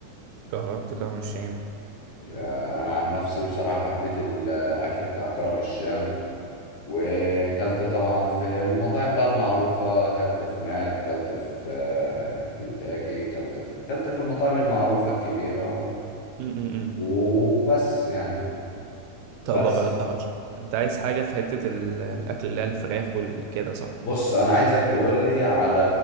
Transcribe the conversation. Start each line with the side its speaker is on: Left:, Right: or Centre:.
Right: جربت كرم الشام
Left: آه، انا عن نفسي بصراحة حبيت الاكل بتاع كرم الشام وكلت طبعا في المطاعم بقى المعروفة كلت في ماك كلت في آه، كنتاكي كلت في كلت في المطاعم المعروفة الكبيرة و...
Right: امم
Left: وبس يعني
Right: طب
Left: بس
Right: أغ- أغش... انت عايز حاجة في حتة ال- الأكل اللي هي الفراخ والكده صح؟
Left: بص أنا عايزك تقولي على